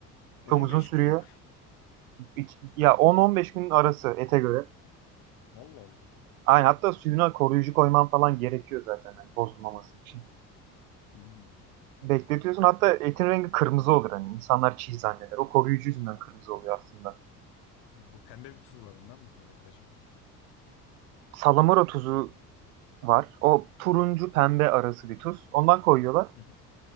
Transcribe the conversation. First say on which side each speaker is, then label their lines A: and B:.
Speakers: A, on the left; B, on the right.
A: 15
B: Çok uzun sürüyor.
A: gün.
B: İki- ya 10-15 gün arası ete göre.
A: Vallahi Allah.
B: Aynen hatta suyuna koruyucu koyman falan gerekiyor zaten hani bozulmaması için.
A: Hmm.
B: Bekletiyorsun hatta etin rengi kırmızı olur hani insanlar çiğ zanneder. O koruyucu yüzünden kırmızı oluyor aslında.
A: Ne, bu pembe bir tuz var ondan mı koyuyorlar acaba?
B: Salamura tuzu var. O turuncu pembe arası bir tuz. Ondan koyuyorlar.
A: Hı hı,